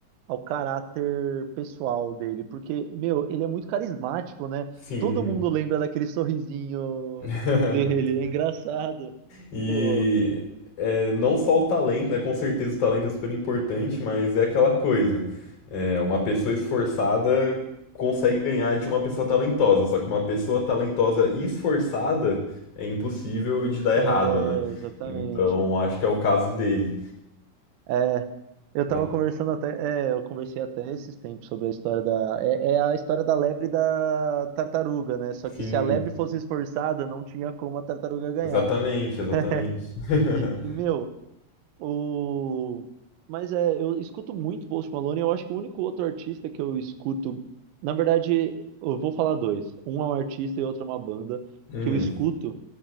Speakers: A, on the right; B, on the left.
A: ao caráter pessoal dele, porque, meu, ele é muito carismático, né?
B: Sim.
A: Todo mundo lembra daquele sorrisinho
B: <laughs>
A: dele, é engraçado.
B: E
A: Pô,
B: é, não só o talento, né? Com certeza o talento é super importante, mas é aquela coisa. É, uma pessoa esforçada consegue ganhar de uma pessoa talentosa, só que uma pessoa talentosa e esforçada é impossível de dar errado,
A: é,
B: né?
A: exatamente.
B: Então acho que é o caso dele.
A: É, eu
B: A-
A: tava conversando até, é, eu conversei até esses tempos sobre a história da, é, é a história da lebre e da tartaruga, né? Só
B: Sim,
A: que se a lebre fosse esforçada, não tinha como a tartaruga ganhar.
B: exatamente, exatamente.
A: <laughs>
B: <laughs>
A: E, meu, O... Mas é, eu escuto muito Post Malone. Eu acho que o único outro artista que eu escuto. Na verdade, eu vou falar dois. Um é um artista e outro é uma banda
B: Hum,
A: que eu escuto